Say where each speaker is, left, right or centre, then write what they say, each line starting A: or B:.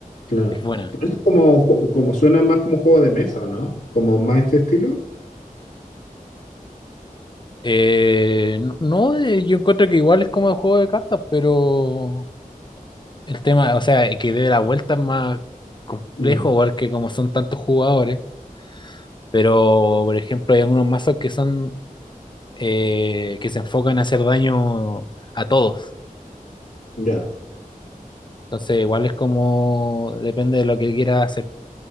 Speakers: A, on the left (about 80°); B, on the left (about 30°).
A: claro.
B: Es buena.
A: Pero es como, un ju- como suena más como un juego de mesa, ¿o ¿no? Como más este estilo.
B: Eh, no, no, eh, yo encuentro que igual es como el juego de cartas, pero el tema, o sea, que dé la vuelta es más complejo,
A: Ya,
B: porque como son tantos jugadores, pero por ejemplo hay algunos mazos que son eh, que se enfocan a hacer daño a todos.
A: ya,
B: Entonces igual es como depende de lo que quiera hacer.